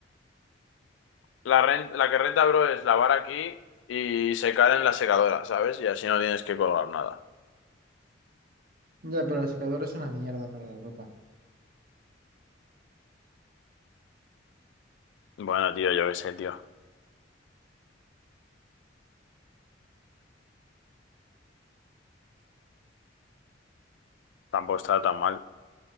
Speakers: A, on the left; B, on the right.
A: La, ren- la que renta, bro, es lavar aquí y secar en la secadora, ¿sabes? Y así no tienes que colgar nada.
B: Ya, pero la secadora es una mierda para la ropa.
A: Bueno, tío, yo qué sé, tío. Tampoco está tan mal.